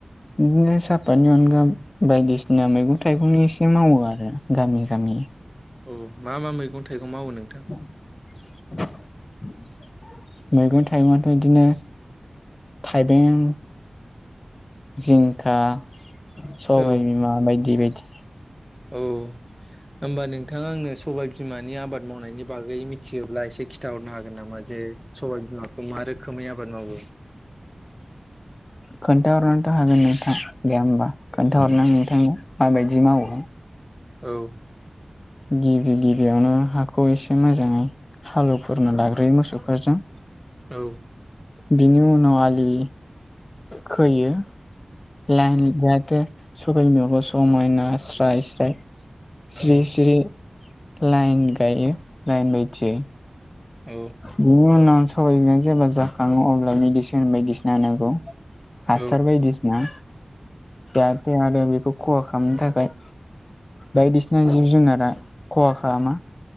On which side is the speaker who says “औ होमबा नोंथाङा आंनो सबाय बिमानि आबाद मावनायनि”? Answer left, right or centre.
Centre